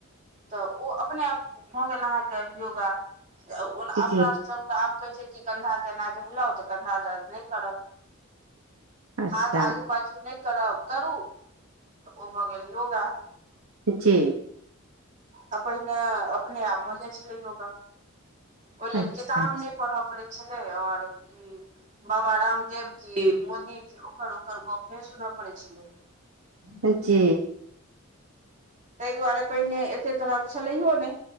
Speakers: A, on the right; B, on the right.
A: तऽ ओ अपने आप भऽ गेल अहाँके योगा अपना
B: जी
A: सब त आब कहै छै कि कन्धा केनाे हिलउ तऽ कन्धा दर्द नहि करत
B: अच्छा
A: हाथ आगू पाछू नहि करब करू तऽ ओ भऽ गेल योगा
B: जी
A: आ पहिने अपने आप भऽ जाइ छलै योगा ओहि लेल
B: अच्छा
A: किताब
B: अच्छा
A: ने पढ़ऽ पड़ै छलै आओर ई बाबा रामदेव की मोदी की ओकर ओकर गप नहि सुनऽ पड़े छलै ह
B: जी
A: ताहि दुआरे पहिने एते तरह छलैयो नहि